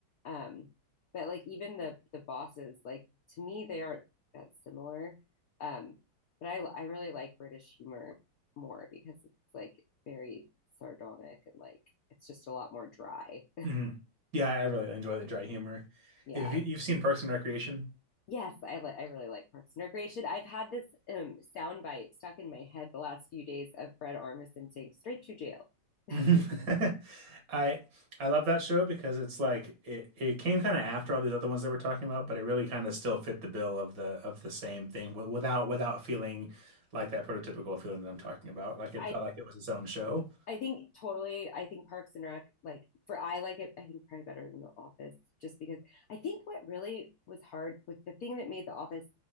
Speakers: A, on the left; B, on the right.
A: Um, but like even the the bosses, like to me, they aren't that similar. Um, but I I really like British humor more because it's like very sardonic and like it's just a lot more dry.
B: hmm Yeah, I really enjoy the dry humor.
A: <laughs> yeah.
B: If you, you've seen Parks and Recreation.
A: Yes, I li I really like Parks and Recreation. I've had this um soundbite stuck in my head the last few days of Fred Armisen saying straight to jail. <laughs>
B: Mhm. <laughs> I I love that show because it's like it, it came kind of after all these other ones that we're talking about, but it really kind of still fit the bill of the of the same thing wi- without without feeling like that prototypical feeling that I'm talking about. Like it
A: I
B: felt like it was its own show.
A: I think totally. I think Parks and Rec, like for I like it, I think probably better than The Office, just because I think what really was hard, like the thing that made The Office